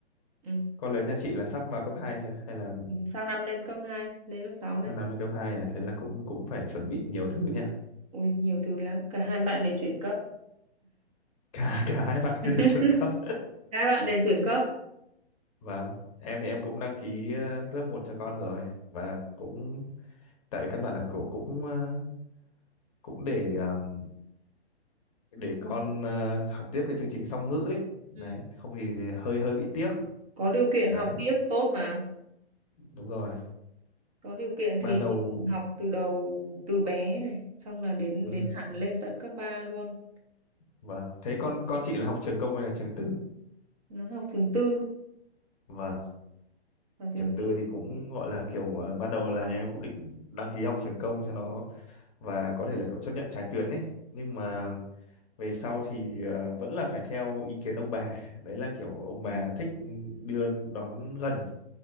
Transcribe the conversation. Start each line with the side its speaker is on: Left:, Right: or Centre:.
Right: ừ.
Left: Con lớn nhà chị là sắp vào cấp 2 chưa? Hay là
Right: ừ, sang năm lên cấp hai lên lớp 6 đấy
Left: sang năm lên cấp 2 à? Thế là cũng cũng phải chuẩn bị nhiều thứ nha.
Right: ui nhiều từ lắm cả hai bạn đều chuyển cấp
Left: <laughs> Cả cả hai bạn cứ
Right: <laughs>
Left: đều chuẩn cấp.
Right: các bạn đều chuyển cấp
Left: <laughs> Và em thì em cũng đăng ký ờ, lớp một cho con rồi và cũng tại vì căn bản là cổ cũng ờ, cũng để ờm, để con ờ, học tiếp cái chương trình song ngữ ấy. Đấy,
Right: ừ.
Left: không thì hơi hơi bị tiếc.
Right: có điều kiện
Left: Đấy,
Right: học tiếp tốt mà
Left: đúng rồi.
Right: có điều kiện
Left: Ban
Right: thì
Left: đầu
Right: học từ đầu từ bé này xong là đến
Left: ừ,
Right: đến hẳn lên tận cấp 3 luôn
Left: vâng. Thế con con chị là học trường công hay là trường tư?
Right: nó học trường tư
Left: Vâng.
Right: học trường
Left: trường tư
Right: tư
Left: thì cũng gọi là kiểu ờ, ban đầu là nhà em cũng định đăng ký học trường công cho nó và có thể là kiểu chấp nhận trái tuyến ấy nhưng mà về sau thì ờ, vẫn là phải theo ý kiến ông bà đấy là kiểu ông bà
Right: ừ.
Left: thích đưa đón gần